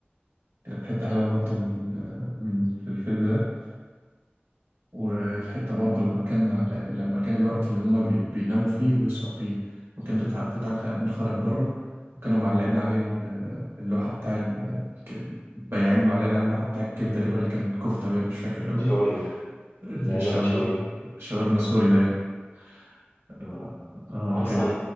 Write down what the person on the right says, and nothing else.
كانت حتة حلوة برضه من من- في الفيلم ده والحتة برضه لما كان على- لما كان الوقت اللي هما بي- بيناموا فيه ويصحوا فيه وكان توت توت عنخ آمون خرج بره وكانوا معلقين عليه ال- اللوحة بتاع ال- الك- البياعين معلقين على اللوحة بتاع الكبدة دي ولا كان كفتة باين مش فاكر قوي
الشاور
شاورما سوري باين اه
آه،
دي كانت